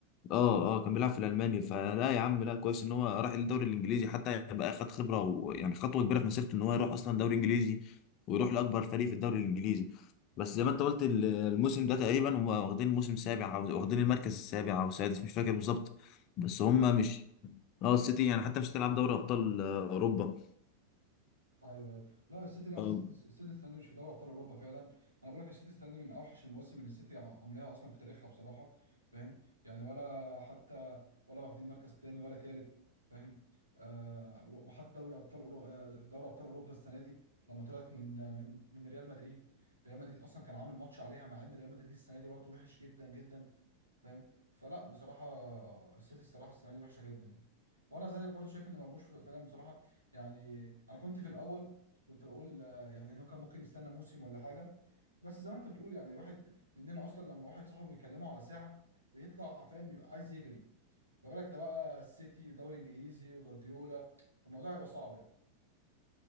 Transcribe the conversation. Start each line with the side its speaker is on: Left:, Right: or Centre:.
Left: اه اه كان بيلعب في الالماني فلا يا عم لا كويس ان هو راح الدوري الانجليزي حتى يبقى خد خبره ويعني خطوه كبيره في مسيرته ان هو يروح اصلا دوري انجليزي ويروح لاكبر فريق في الدوري الانجليزي بس زي ما انت قلت ال- الموسم ده تقريبا هم واخدين موسم سابع او واخدين المركز السابع او السادس مش فاكر بالظبط بس
Right: ده
Left: هم
Right: حقيقة.
Left: مش اه السيتي يعني حتى مش هتلعب دوري ابطال آه، اوروبا
Right: ايوه ايوه لا السيتي لا السيتي
Left: آه،
Right: السيتي السنه دي مش في دوري ابطال اوروبا فعلا انا بقول لك السيتي السنه دي من اوحش المواسم اللي السيتي عاملاها اصلا في تاريخها بصراحه فاهم يعني ولا حتى ولا واخدين مركز تاني ولا تالت فاهم آه و- وحتى دوري ابطال أورو... آه، دوري ابطال اوروبا السنه دي لما طلعت من من من ريال مدريد ريال مدريد اصلا كان عامل ماتش عليها مع ان ريال مدريد السنه دي برضه وحش جدا جدا فاهم فلا بصراحه السيتي الصراحه السنه دي وحشه جدا يعني وانا زيك برضو شايف ان مرموش فعلا بصراحه يعني انا كنت في الاول كنت بقول آه، يعني انه كان ممكن يستنى موسم ولا حاجه بس زي ما انت بتقول يعني الواحد مننا اصلا لما واحد صاحبه بيكلمه على ساعه بيطلع فاهم بيبقى عايز يجري ما بالك ده بقى السيتي ودوري انجليزي وجوارديولا الموضوع هيبقى صعب يعني